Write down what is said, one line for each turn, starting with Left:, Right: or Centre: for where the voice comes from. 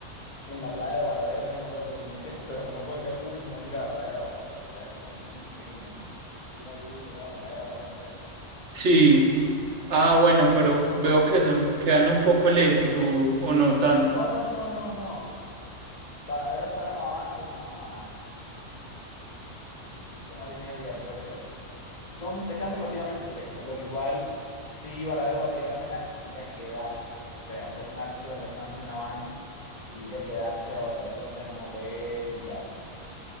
Left: en la playa de Varadero, que es en otra provincia, pero que no puedes ir a Cuba y no ir a la playa de Varadero. O sea, es, como- es un crimen ir a Cuba y no ir a la playa de Varadero.
Right: Sí. Ah, bueno, pero veo que son, quedan un poco lejos o, o no tanto.
Left: No, no, no, no, no. Varadero está de La Habana como a una hora y media, puede ser. son, están relativamente cerca, lo que igual sí, Varadero valdría la pena ir a quedarse, o sea, hacer un alto en la estancia en La Habana, e ir a quedarse a Varadero, o sea, en un hotel y tal.